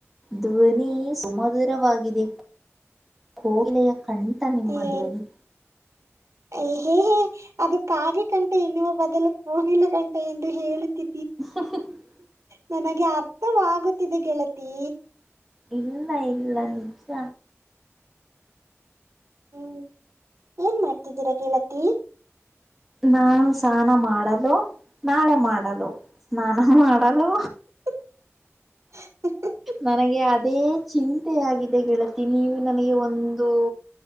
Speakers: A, in the centre; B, on the right.
A: ಧ್ವನಿ ಸುಮಧುರವಾಗಿದೆ ಕೋಗಿಲೆಯ ಕಂಠ ನಿಮ್ಮ
B: ಏ
A: ಧ್ವನಿ
B: ಹೇ ಹೇ ಅದು ಕಾಗೆ ಕಂಠ ಎನ್ನುವ ಬದಲು ಕೋಗಿಲೆ ಕಂಠ ಎಂದು ಹೇಳುತ್ತಿ
A: <inaudible> <unintelligible>
B: ನನಗೆ ಅರ್ಥವಾಗುತ್ತಿದೆ ಗೆಳತಿ
A: ಇಲ್ಲ ಇಲ್ಲ ನಿಜ
B: ಹ್ಮ್ ಏನ್ ಮಾಡ್ತಿದ್ದೀರಾ ಗೆಳತಿ
A: ನಾವು ಸ್ನಾನ ಮಾಡಲು ನಾಳೆ ಮಾಡಲು ಸ್ನಾನ ಮಾಡಲು
B: <inaudible> <unintelligible>
A: ನನಗೆ ಅದೇ ಚಿಂತೆ ಆಗಿದೆ ಗೆಳತಿ ನೀವು ನನಗೆ ಒಂದು.